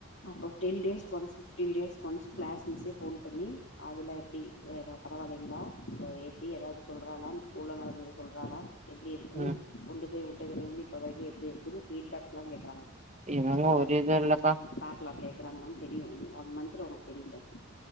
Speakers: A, on the left; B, on the right.
A: அப்பறம் டென் டேஸ்கு ஒன்ஸ் ஃபிஃப்டீன் டேஸ்கு ஒன்ஸ் கிளாஸ் மிஸ்ஸே போன் பண்ணி ஆதிலா எப்டி பரவாயில்லங்களா இப்ப எப்டி ஏதாவது சொல்றாலா ஸ்கூல்ல நடந்தத சொல்றலா எப்டி இருக்கு
B: ம்
A: ஒண்டு போய் உட்டதுலருந்து இப்ப வரைக்கு எப்டி இருக்குனு பீட்பேக்லாம் கேக்குறாங்க
B: என்னவோ ஓர் இதும் இல்ல கா
A: பாக்கலா கேக்குறாங்கலானு தெரியு ஒன் மந்துல உனக்கு தெரியும் பாரு